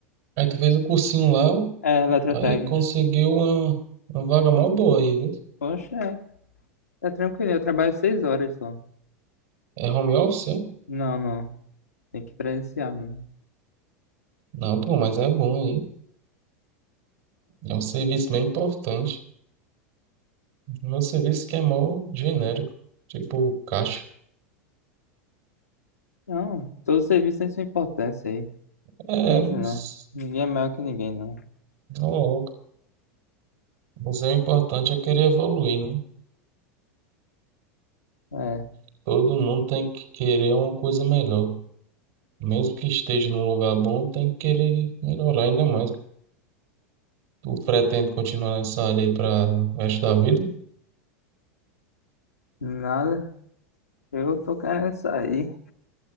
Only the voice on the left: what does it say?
É, eletrotécnica.
Poxa, é, tá tranquilo, eu trabalho seis horas só.
Não, não, tem que presenciar mesmo.
Não, todo serviço tem sua importância aí.
Isso
não. Ninguém é melhor que ninguém, não.
É,
nada. Eu tô querendo sair.